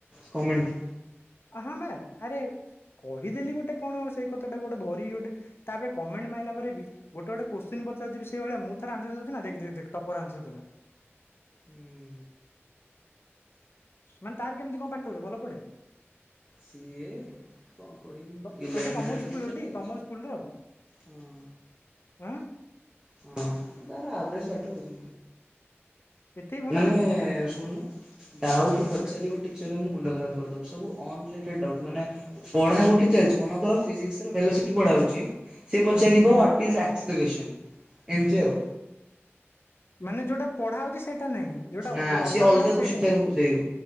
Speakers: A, on the right; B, on the left.
A: କମେଣ୍ଟ।
B: ଆ ହଁ ବା ଆରେ କହିଦେଲି ଗୋଟେ କଣ ସେଇ କଥାଟାକୁ ଗୋଟେ ଧରିକି ଗୋଟେ ତାପରେ କମେଣ୍ଟ ମାଇଲା ପରେ ବି ଗୋଟେ ଗୋଟେ କୋଶ୍ଚିନ୍ ପଚାରୁଚି ଯିବି ସେଇ ଭଳିଆ ମୁଁ ତାର ଆନ୍ସରଦଉଛି ସିନା ଦେଖେ ଦେଖେ ଦେଖେ ତପର ଆନ୍ସର କଲା।
A: ହୁଁ <inaudible>
B: ମାନେ ତାର କେମିତି କଣ ପାଠ ହୁଏ ଭଲ ପଡ଼େ?
A: ସିଏ କଣ କହିବି
B: ତ
A: ଇଲେଭେନ୍ଥରେ
B: ତ ସେ ତମରି ସ୍କୁଲର
A: ପୁରା
B: ଟି
A: ଯାଇଛି।
B: ତମରି ସ୍କୁଲର
A: ହୁଁ।
B: ଆଁ।
A: ହଁ ତାର ଆଭରେଜ ପାଠ ଆଉ।
B: ଏତେ ବି ଭଲ
A: ମାନେ
B: ପଢେନି।
A: ଶୁଣୁନ ଡାଉଟୁ
B: ହୁଁ
A: ପଚାରିବ ଟି ପଚାରିବ ମାନେ ମୁଁଣ୍ଡ ଖରାପ କରିଦବ ସବୁ ଅନଲିଟେଡ଼େ ଡାଉଟ୍ ମାନେ ପଢା ଗୋଟ <unintelligible> ମନେକର ଫିଜିକ୍ସ ର ଭେଲୋସିଟୀ ପଢ଼ାହଉଚି ସେପଚାରିବ
B: ହୁଁ
A: ୱାଟିଜ୍ ଆକ୍ସିରେସନ। ଏମତି ଆଉ।
B: ମାନେ ଯୋଉଟା ପଢ଼ା ହଉଛି ସେଇଟା ନାହିଁ ଯୋଉଟା
A: ନା
B: ବୋ ଅଲଗା
A: ସିଏ
B: ପଢା଼ ହଉଛି
A: କୋଶ୍ଚିନ୍
B: ସେଇଟା।
A: ତାର ପଚାରିବ।